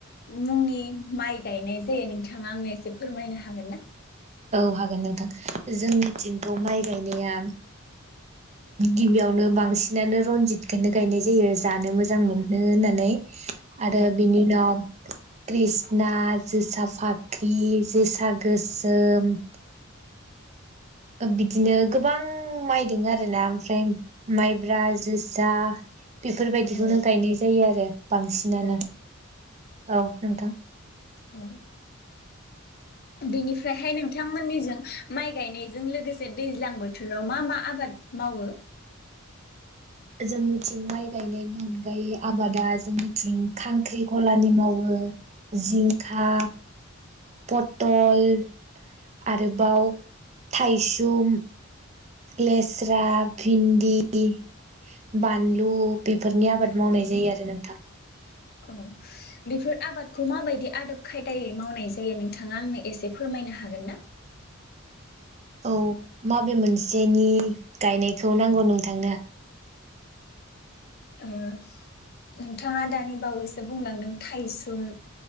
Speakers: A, on the left; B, on the right.
A: मुंनि माइ गायनाय जायो, नोंथाङा आंनो एसे फोरमायनो हागोन ना?
B: औ हागोन नोंथां जोंनिथिंथ' माइ गायनाया गिबियावनो बांसिनानो रन्जितखौनो गायनाय जायो, जानो मोजां मोनो होननानै आरो
A: औ
B: बिनि उनाव कृष्णा जोसा फाख्रि, जोसा गोस ओम बिदिनो गोबां माइ दं आरोना, ओमफ्राय माइब्रा, जोसा बेफोरबायदिखौनो
A: औ
B: गायनाय जायो आरो बांसिनानो।
A: औ
B: औ नोंथां।
A: औ। बेनिफ्रायहाय नोंथांमोननिजों माइ गायनायजों लोगोसे दैज्लां बोथोराव मा मा आबाद मावो?
B: जोंनिथिं माइ गायनायनि अनगायै आबादा जोंनिथिं खांख्रिखलानि मावो, जिंखा, पथल, आरोबाव थायसुम, लेस्रा, भिन्दि, बानलु बेफोरनि आबाद मावनाय जायो आरो नोंथां।
A: औ बेफोर आबादखौ माबायदि आदब खायदायै मावनाय जायो नोंथाङा आंनो ए से फोरमायनो हागोन ना?
B: औ माबे मोनसेनि गायनायखौ नांगौ नोंथांनो?
A: ओ नोंथाङा दानि बावैसो बुंलांदों थाइसुम